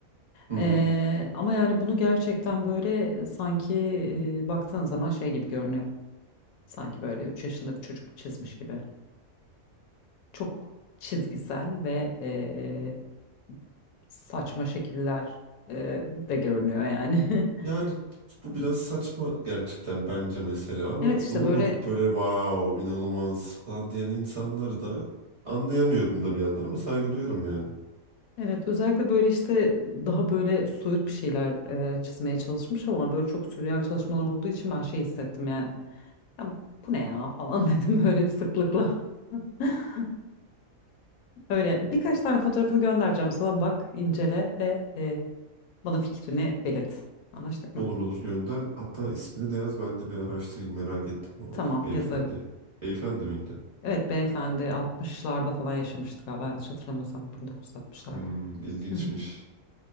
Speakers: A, on the right; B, on the left.
A: Hı
B: Eee,
A: hı.
B: ama yani bunu gerçekten böyle sanki eee, baktığın zaman şey gibi görünüyor. Sanki böyle 3 yaşında bir çocuk çizmiş gibi. Çok çizgisel ve eee, saçma şekiller eee, de görünüyor yani. <laughs>
A: Yani bu biraz saçma gerçekten bence mesela ama
B: Evet işte
A: buna
B: böyle
A: bakıp böyle wow inanılmaz falan diyen insanları da anlayamıyorum da bir yandan ama saygı duyarım yani.
B: Evet, özellikle böyle işte daha böyle soyut bir şeyler e, çizmeye çalışmış ama böyle çok sürreal çalışmalar olduğu için ben şey hissettim yani. Ya bu ne ya falan <laughs> dedim böyle sıklıkla. <laughs> Öyle birkaç tane fotoğrafını göndereceğim sana bak, incele ve e, bana fikrini belirt. Anlaştık
A: Olur
B: mı?
A: olur gönder. Hatta ismini de yaz ben de bir araştırayım merak ettim o
B: Tamam,
A: beyefendiyi.
B: yazarım.
A: Beyefendi miydi?
B: Evet beyefendi 60'larda falan yaşamıştı galiba yanlış hatırlamıyorsam 1960'larda.
A: Hmm, ilginçmiş.
B: Hı hı.